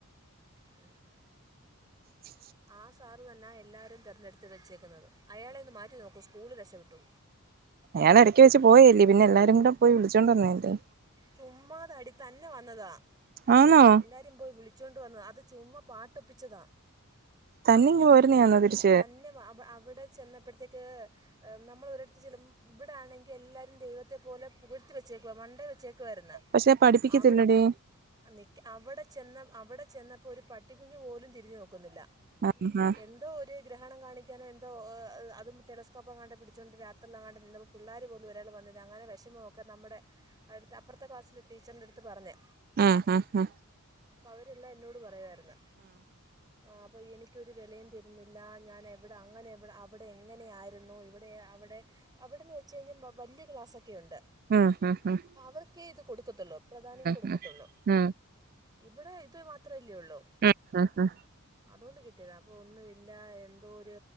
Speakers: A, on the right (about 20°); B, on the right (about 40°).
A: ഉ
B: ഇച്
A: ആ സാറ് തന്നെ എല്ലാവരും ആ ആ ആ സാറു തന്ന എല്ലാരേം തിരഞ്ഞെടുത്ത് വെച്ചേക്കുന്നത് അയാളെയൊന്നു മാറ്റി നോക്കൂ സ്കൂളിൽ രക്ഷപ്പെട്ടു
B: അയാൾ എടക്ക് വെച്ച് പോയി ല്ലേ പിന്നെ എല്ലാരും കൂടെ പോയി വിളിച്ചോണ്ട് വന്നേല്ലേ
A: ചുമ്മാതാടി ത്തന്നെ വന്നതാ
B: ആന്നോ
A: എല്ലാവരും പോയി വിളിച്ചോണ്ട് വന്നതാ അത് ചുമ്മാ പാട്ടൊപ്പിച്ചതാ
B: തന്നെയിങ് പോരുന്നേയാനോതിരിച്ച്
A: തന്നെ അവി അവിടെ ചെന്നപ്പോഴത്തേക്ക് നമ്മള് ഒരിടത്ത് ചേലു ഇവിടാണെങ്കീ എല്ലാരും ദൈവത്തെ പോലെ പുക്ഴത്തി വെച്ചേക്കുവ മണ്ടേ വെച്ചേക്ക ഒക്ക് വരുന്ന
B: പക്ഷെ പഠിപ്പിക്കത്തില്ലടി
A: അവടേ നിക് അവിടെ ചെന്ന് അവിടെ ചെന്നപ്പോ ഒരു പട്ടികുഞ്ഞു പോലും തിരിഞ്ഞു നോക്കുന്നില്ല
B: ആം ഹഹ
A: എന്തോ ഒരു ഗ്രഹണം കാണിക്കാനോ എന്തോ അതും ടെലസ്കോപ്പ്ങ്ങാട്ടെ പിടിച്ചുകൊണ്ട് രാത്രിാങ്ങാണ്ടെ എന്തോ പിള്ളേര് പോലും ഒരാള് വന്നില്ല അങ്ങനെ വിഷമൊക്കെ നമ്മടെ അടുത്ത അപ്പറത്തെ ക്ലാസ്സിലെ ടീച്ചറിൻ്റെടത്ത് പറഞ്ഞേ
B: ആഹ് ഹഹ ഹ
A: അവരെല്ലാം എന്നോട് പറയാറുന്നു അപ്പൊ എനിക്കോരു വിലെം ത ന്നില്ല ഞാന എവിടെ അങ്ങനെ എവിടെ അവിടെ എങ്ങനെയ ആായിരുന്നു ഇവിടെ അവിടെ അവിടെന്ന് വെച്ച കഴിഞ്ഞാ വലിയ ക്ലാസ്സൊക്കെ ഒണ്ട്
B: ആഹ് ആഹ് ആഹ് -
A: അഹ് അവർക്കേ ഇത് കൊടുക്കത്തുള്ളൂ പ്രധാന്യം കൊടുക്കത്തുള്ളൂ
B: ഉം
A: ഇവിടെ ഇത് മാത്രമേല്ലേള്ളൂ
B: ആഹ് ആഹ്
A: അതുകൊണ്ട് കിട്ടിയതാ അപ്പൊ ഒന്ന് ഇല്ലാ എന്തോ ഒരു